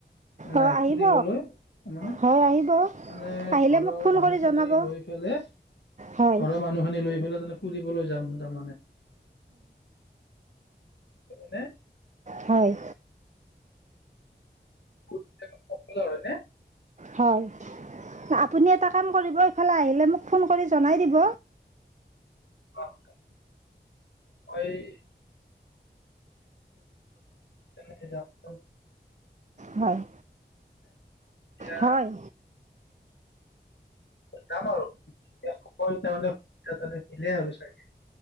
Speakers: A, on the right (about 40°); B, on the left (about 70°).
A: অঁ
B: নাই
A: আহিব
B: ফুৰিবলৈ মানে। মানে
A: হয় আহিব আহিলে
B: ঘৰৰ
A: মোক ফোন
B: মানুহ
A: কৰি
B: খিনি
A: জনাব
B: লৈ পেলাই
A: হয়
B: ঘৰৰ মানুহ খিনি লৈ পেলাই ফুৰিবলৈ যাম তাৰমানে। নে,
A: হয়
B: ুত সফৰ হয়নে <unintelligible>
A: হয় আপুনি এটা কাম কৰিব এইফালে আহিলে মোক ফোন কৰি জনাই দিব।
B: অকে। অ এই মই যাম <unintelligible>
A: হয়
B: এতিয়া
A: হয়
B: যাম আৰু মানোনিলে আৰু চাগ